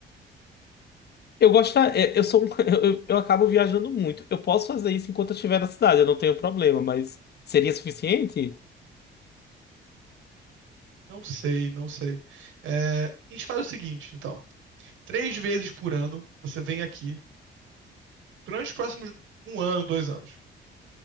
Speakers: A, on the left (about 55°); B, on the right (about 80°).
A: Eu gosto, é, eu sou, um- <laughs> eu, eu eu acabo viajando muito. Eu posso fazer isso enquanto eu estiver na cidade, eu não tenho problema, mas seria suficiente?
B: Não sei, não sei. É, a gente faz o seguinte, então. três vezes por ano, você vem aqui, durante os próximos um ano, dois anos,